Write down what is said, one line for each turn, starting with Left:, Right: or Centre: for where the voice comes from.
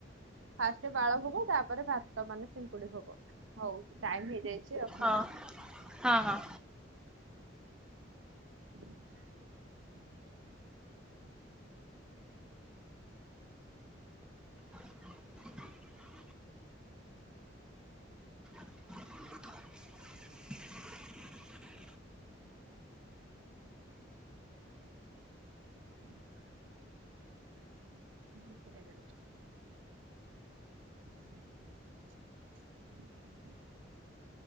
Right: ଫାଷ୍ଟ ବାଳ ଭୋଗ ତାପରେ ଭାତ ମାନେ ସିଙ୍କୁଡି ଭୋଗ। ହୋଉ ଟାଇମ ହେଇଯାଇଚି ରଖନ୍ତୁ।
Centre: ହଁ ହଁ ହଁ।
Right: <unintelligible>
Centre: <unintelligible> <inaudible>
Right: <inaudible> <unintelligible> <inaudible>